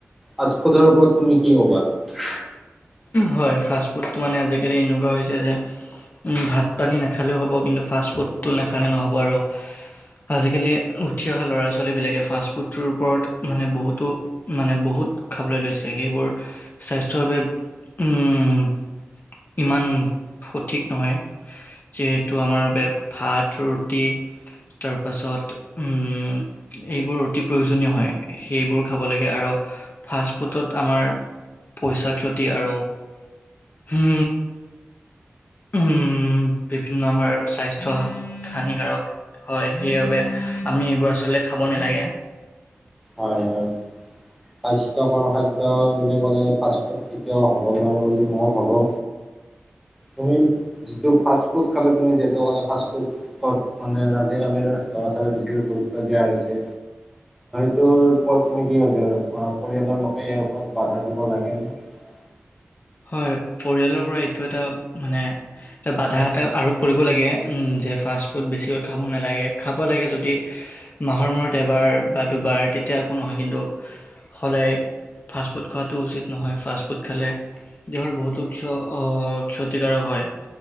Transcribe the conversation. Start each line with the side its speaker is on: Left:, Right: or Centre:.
Centre: পজফুডৰ ওপৰত তুমি কি ক'বা <unintelligible>
Left: হয় ফাষ্ট ফুড মানে আজিকালি এনেকুৱা হৈছে যে ভাত পানী নাখালেও হ'ব কিন্তু ফাষ্টফুডটো নাখালে নহ'ব আৰু আজিকালি উঠি অহা ল'ৰা ছোৱালীবিলাকে ফাষ্টফুডটোৰ ওপৰত মানে বহুতো মানে বহুত খাবলৈ লৈছে সেইবোৰ স্বাস্থ্যৰ বাবে <unintelligible> উম ইমান সঠিক নহয় যিহেতু আমাৰ ভাত ৰুটি তাৰ পাছত উম এইবোৰ ৰুটি প্ৰয়োজনীয় হয় সেইবোৰ খাব লাগে আৰু ফাষ্ট ফুডত আমাৰ পইচা ক্ষতি <unintelligible> আৰু হ উম বিভিন্ন আমাৰ স্বাস্থ্্য হানিকাৰক হয় সেইবাবে আমি এইবোৰ আচলতে খাব নালাগে <unintelligible>
Centre: হয় হয় স্বাস্থ্যয়কৰ খাদ্য বুলি ক'লে ফাষ্টফুড কেতিয়াও হ'ব নোৱাৰে বুলি মই ভাবো তুমি যিটো ফাষ্টফুড খালে তুমি যিু কলে ফাফুডত মানে আজিকালিৰ ল'ৰা ছোৱালীয়ে বেছিকৈ গুৰুত্ব দিয়া হৈছে <unintelligible> ত বৰ তুমি কি হছ পৰিয়ালৰ লোকে ইয়াৰ ওপৰত বাধা দিব লাগে ন <unintelligible>
Left: হয় পৰিয়ালৰ পৰা এইটো এটা মানে এটা বাধা এটা আৰোপ কৰিব লাগে যে ফাষ্টফুড বেছিকৈ খাব নালাগে খাব লাগে যদি মাহৰ মূৰত এবাৰ বা দুবাৰ তেতিয়া একো নহয় কিন্তু সদায় ফাষ্টফুড খোৱাটো উচিত নহয় ফাষ্টফুড খালে দেহৰ বহুতো ক ক্ষতিকাৰক হয়